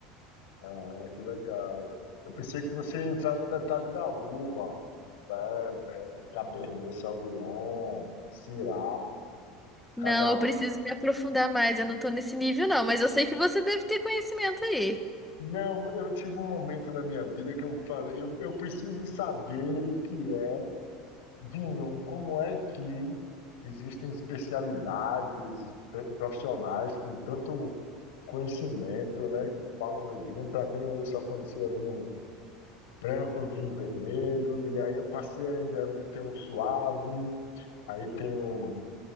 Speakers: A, on the left; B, in the centre.
A: ah, que legal. Eu pensei que você ia entrar no detalhe da uva, é, é, Cabernet Sauvignon, Syrah, cada.
B: Não, eu preciso me aprofundar mais. Eu não tô nesse nível, não, mas eu sei que você deve ter conhecimento aí.
A: Não, eu tive um momento na minha vida que eu falei, eu, eu preciso saber o que é vinho, como é que existem especialidades pe- profissionais com tanto conhecimento, né, que falam do vinho. Para mim, eu só conhecia vinho branco, vinho vermelho, e aí eu passei ainda, tem o suave, aí tem o